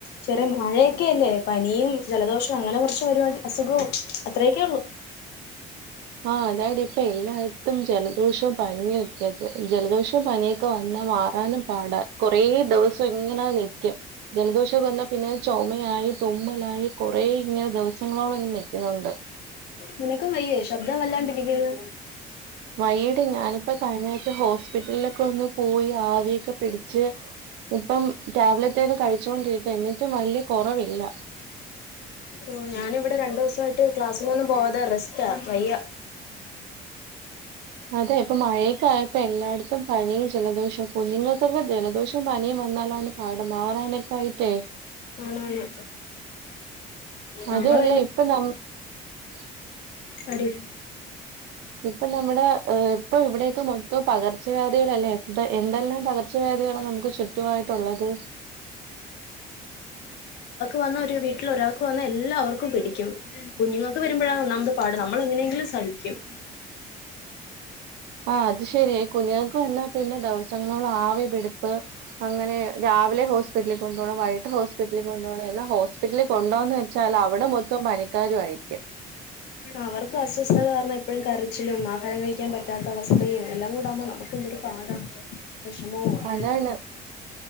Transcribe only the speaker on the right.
ആഹ് അതാ ടീ ഇപ്പൊ എല്ലായിടത്തും ജലദോഷവും പനിയും ഒക്കെയാ.. ജൽ ജലദോഷവും പനിയൊക്കെ വന്നാൽ മാറാനും പാടാ... കൊറേ ദിവസം ഇങ്ങനെ നിക്കും. ജലദോഷം വന്നാൽ പിന്നെ ചൊമയായി, തുമ്മലായി കൊറേ ഇങ്ങനെ ദിവസ സങ്ങളോളം ഇങ്ങനെ നിക്കുന്നുണ്ട്.
വൈയ്യടി ഞാനിപ്പോ കഴിഞ്ഞ ആഴ്ച ഹോസ്പിറ്റലിലൊക്കെ ഒന്ന് പോയി ആവിയൊക്കെ പിടിച്ച് ഉം ഇപ്പം ടാബ്ലറ്റൊക്കെ കഴിച്ചുകൊണ്ടിരിക്ക എന്നിട്ടും വലിയ കുറവില്ല
അതെ. ഇപ്പൊ മഴയൊക്കെ ആയപ്പേ എല്ലായിടത്തും പനിയും ജലദോഷാ. കുഞ്ഞുങ്ങൾക്കൊക്കെ ജലദോഷം പനിയും വന്നാലാണ് പാട് മാറാനൊക്കെ ആയിട്ടേ
അതു
അല്ല. ഇപ്പൊ നമ് <unintelligible>
ഇപ്പൊ നമ്മുടെ ഇപ്പൊ ഇവിടേക്ക് മൊത്തം പകർച്ചവ്യാധികളല്ലേ എന്ത എന്തെല്ലാം പകർ പകർച്ചവ്യാധികളാ നമുക്ക് ചുറ്റു ആയി ഉള്ളത്.
ആ അത് ശരി ഇകുഞ്ഞുങ്ങൾക്ക് വന്നാ പിന്നെ ദിവസങ്ങളോളം ആവി പിടിപ്പ് അങ്ങനെ രാവിലെ ഹോസ് പില്ലിൽ കൊണ്ടുപോണം വൈകീട്ട് ഹോസ്പിറ്റലിൽ കൊണ്ടുപോണം എന്നാ ഹോസ്പിറ്റലിൽ കൊണ്ടുപോവാന്നു വെച്ചാൽ അവിടെ മൊത്തം പനിക്കാരായിരിക്കും.
അതാണ്